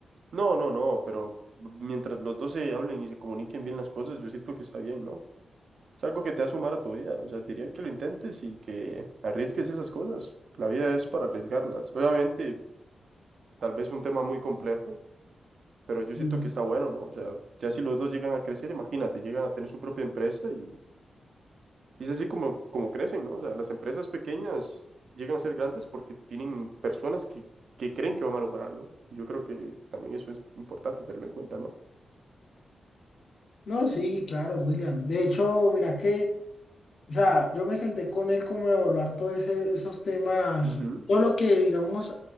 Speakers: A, on the right; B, on the left.
A: No, no, no, pero mientras los dos se hablen y se comuniquen bien las cosas, yo siento que está bien, ¿no? Es algo que te va a sumar a tu vida. O sea, diría que lo intentes y que arriesgues esas cosas. La vida es para arriesgarlas. Obviamente, tal vez un tema muy complejo, pero yo siento
B: Mm.
A: que está bueno, ¿no? O sea, ya si los dos llegan a crecer, imagínate, llegan a tener su propia empresa y, y es así como, como crecen, ¿no? O sea, las empresas pequeñas llegan a ser grandes porque tienen personas que, que creen que van a lograrlo. Y yo creo que también eso es importante tenerlo en cuenta, ¿no?
B: No, sí, claro, William. De hecho, mira que... O sea, yo me senté con él como a evaluar todos esos temas,
A: Ujú.
B: todo lo que, digamos,